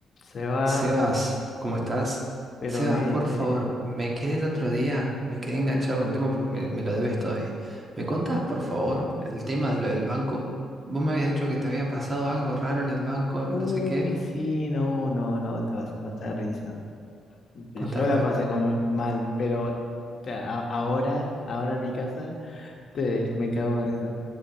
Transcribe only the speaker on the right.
Sebas, ¿cómo estás?
Sebas,
por
favor, me quedé el otro día, me quedé enganchado con el tema porque me, me lo debes todavía. ¿Me contás, por favor, el tema de lo del banco? Vos me habías dicho que te había pasado algo raro en el banco,
no sé qué.
Contame,
a
ver.